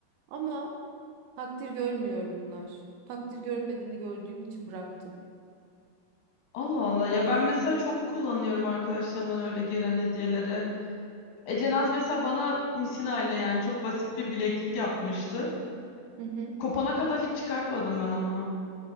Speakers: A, on the right; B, on the left.
A: Ama takdir görmüyor bunlar. Takdir görmediğini gördüğüm için bıraktım.
B: Allah Allah ya
A: Yani
B: ben mesela çok kullanıyorum arkadaşlarımdan öyle gelen hediyeleri. Ece Naz mesela bana misinayla yani çok basit bir bileklik yapmıştı.
A: hı hı,
B: Kopana kadar hiç çıkartmadım ben onu.